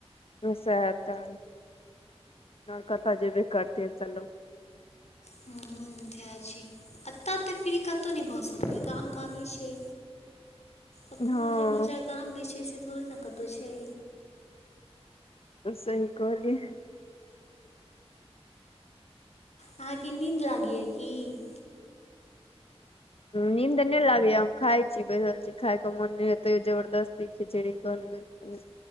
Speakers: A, on the left; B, on the left.
A: ओ सैह त और कतऽ जेबे करतै त लो
B: हम्म तएह छै, एतऽ एत्ते फ्री कतौ नहि भऽ सकैय गाम गामे छै।
A: <inaudible>
B: अखनो
A: हँ
B: जे मजा गाममे छै, से थोड़े न कतऊ छै।
A: तऽ सही कहलियै।
B: अहाँके नींद लागैया की।
A: नींद नहि लागैए, हम खाय छी बैसल छि। इ खाय क मोन नहि होय यैं, तैयो जबरदस्ती खिचड़ी कहलकय